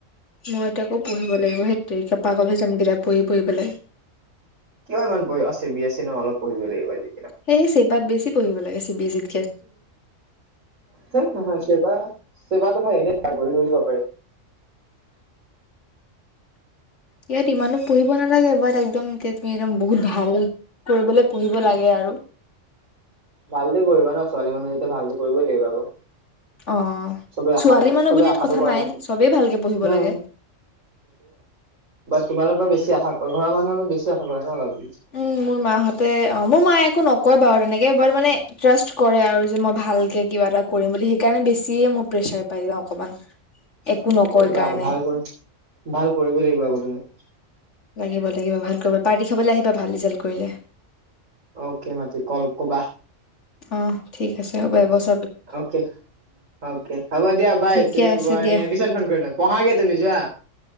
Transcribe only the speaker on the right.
কিয় ইমান পঢ়ি, আচ্ছা বি-এছ-চি ন, অলপ পঢ়িবই লাগিব আজি।
থৈ নহায়। চেবা, চেবাটো মই এনে অ গঢ়ি তুলিব পাৰি।
ভালটো কৰিবা ন, ছোৱালী মানুহ যেতিয়া ভালটো কৰিবই লাগিব আকৌ।
চবে আশা
চবে
আশাটো
কৰে
ন
নহয়
তোমালোকৰ বেছি আশা কৰে, ঘৰ মানুহে বেছি আশা কৰে ন বাও।
কৰিবা
আকৌ, ভাল কৰি-ভাল কৰিবই লাগিব আকৌ তুমি।
অ'কে মাতি কল কবা।
অ'কে, অকে হ'ব দিয়া বাই
তুমি
বোৱানে
পিছত ফোন কৰিম দিয়ক। পঢ়াগে তুমি যোৱা।